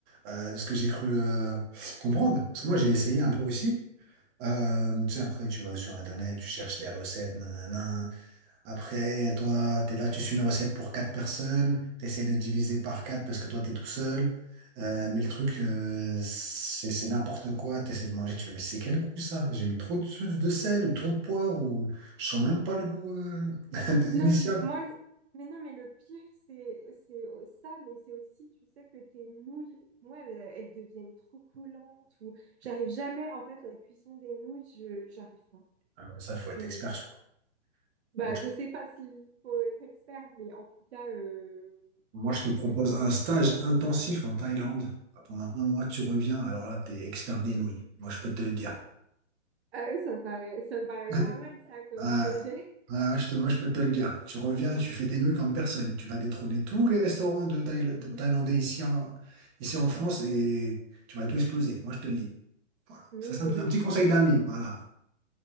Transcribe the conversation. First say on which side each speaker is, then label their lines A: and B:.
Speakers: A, on the right; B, on the right.
A: euh, de ce que j'ai cru euh, comprendre. Parce que moi, j'ai essayé un peu aussi. Euh, tu sais, après, tu vas sur Internet, tu cherches les recettes, nanana. Après, toi, t'es là, tu suis une recette pour quatre personnes, t'essayes de diviser par quatre parce que toi, t'es tout seul. Euh, mais le truc, euh, c'est c'est n'importe quoi. T'essaies de manger, tu fais, mais c'est quel goût ça? J'ai mis trop de, de sel ou trop de poivre ou je sens même pas le goût euh, <laughs>
B: Non,
A: initial.
B: mais moi, le- mais non, mais le pire, c'est c'est au- ça, mais c'est aussi, tu sais, que tes nouilles, moi, elles, elles deviennent trop collantes ou j'arrive jamais, en fait, la cuisson des nouilles, je j'arrive pas.
A: Ah ouais, ça, faut
B: Je
A: être expert, je crois.
B: bah,
A: Ah, Moi,
B: je sais pas s'il faut être expert, mais en tout cas, euh,
A: je moi, je te propose
B: ouais.
A: un stage intensif en Thaïlande. Pendant un mois, tu reviens. Alors là, t'es expert des nouilles. Moi, je peux te le dire.
B: Ah oui, ça me paraît, ça me paraît
A: <laughs>
B: pas mal, ça, comme
A: Ah,
B: projet.
A: ah, je te- moi, je peux te le dire. Tu reviens, tu fais des nouilles comme personne. Tu vas détrôner tous les restaurants de Thaï- de Thaïlandais ici en, ici en France et tu vas tout exploser. Moi, je te le dis. Voilà.
B: Hmm,
A: Ça, c'est un, petit un petit conseil d'ami. Voilà.